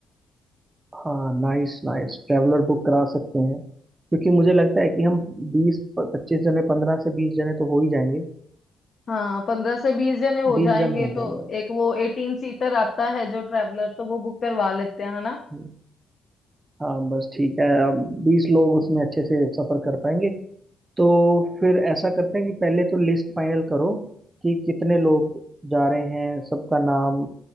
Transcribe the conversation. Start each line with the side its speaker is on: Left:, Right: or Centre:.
Right: हाँ नाइस नाइस ट्रैवलर बुक करा सकते हैं क्योंकि मुझे लगता है कि हम बीस पच्चीस जने पंद्रह से बीस जने तो हो ही जाएंगे
Left: हाँ पंद्रह से बीस जने हो
Right: बीस
Left: जाएंगे
Right: जन हो
Left: तो
Right: जाएंगे
Left: एक वो एटीन सीटर आता है जो ट्रेवलर तो वो बुक करवा लेते हैं है ना
Right: हम्म, हाँ बस ठीक है अब बीस लोग उसमें अच्छे से सफर कर पाएंगे तो फिर ऐसा करते हैं कि पहले तो लिस्ट फाइनल करो कि कितने लोग जा रहे हैं सबका नाम